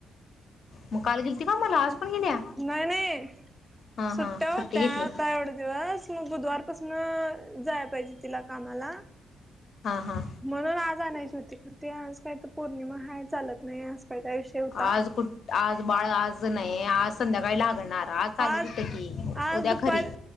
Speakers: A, on the left (about 50°); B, in the centre.
A: म काल गेलती का म्हणा आज पण गेल्या
B: नाही, नाही
A: हा
B: सुट्ट्या
A: हा
B: होत्या
A: सुट्टी घेतली
B: आता एवढ दिवस. म बुधवारपासनं जाय पाहिजे, तिला कामाला.
A: हा हा
B: म्हणुन आज आनायची होती तर ते आज काही त पौर्णिमा हाय चालत नाही आज काय काय विषय होता.
A: आज कुठ, आज बाळ आज नही आज संध्याकाळी लागणार. चालत
B: आज
A: होतं की
B: आज
A: उद्या
B: दुपार
A: खरी